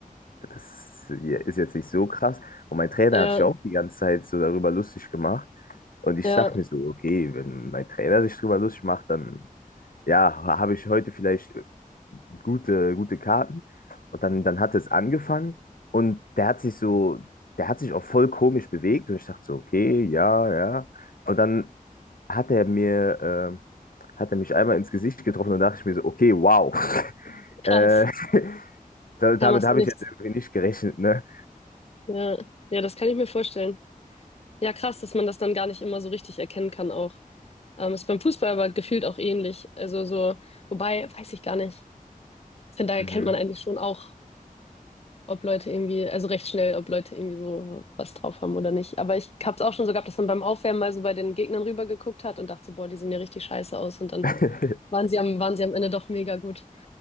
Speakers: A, on the left; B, on the left.
A: das hier ist jetzt nicht so krass. Und mein Trainer
B: ja,
A: hat sich auch die ganze Zeit so darüber lustig gemacht. Und ich
B: ja.
A: dachte mir so, okay, wenn mein Trainer sich darüber lustig macht, dann ja, habe ich heute vielleicht gute, gute Karten. Und dann, dann hat es angefangen und der hat sich so, der hat sich auch voll komisch bewegt und ich dachte so, okay, ja, ja. Und dann hat er mir, äh, hat er mich einmal ins Gesicht getroffen und dachte ich mir so, okay, wow. <laughs>
B: Krass.
A: Äh, <laughs> da- damit
B: Kam aus
A: habe
B: dem Nichts.
A: ich jetzt irgendwie nicht gerechnet, ne?
B: Ja. Ja, das kann ich mir vorstellen. Ja, krass, dass man das dann gar nicht immer so richtig erkennen kann auch. Ähm, ist beim Fußball aber gefühlt auch ähnlich. Also so, wobei, weiß ich gar nicht. Ich finde, da erkennt
A: Mhm.
B: man eigentlich schon auch, ob Leute irgendwie, also recht schnell, ob Leute irgendwie so was drauf haben oder nicht. Aber ich habe es auch schon so gehabt, dass man beim Aufwärmen mal so bei den Gegnern rüber geguckt hat und dachte so, boah, die sehen ja richtig scheiße aus. Und dann
A: <laughs>
B: waren sie am, waren sie am Ende doch mega gut.